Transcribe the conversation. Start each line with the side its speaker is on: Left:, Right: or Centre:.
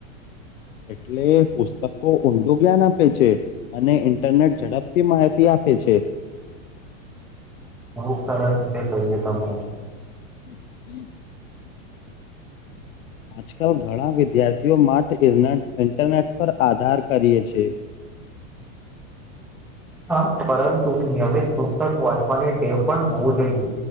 Left: એટલે પુસ્તકો ઊંડું જ્ઞાન આપે છે અને ઇન્ટરનેટ ઝડપથી માહિતી આપે છે
Centre: બહુ સરસ રીતે કહીએે તમે
Left: હ હમ આજકાલ ઘણા વિદ્યાર્થીઓ મા રના ઇન્ટરનેટ પર આધાર કરીએ છે
Centre: હા પરંતુ નિયમિત પુસ્તક વાંચવાની ટેવ પણ હોવું જોઈએ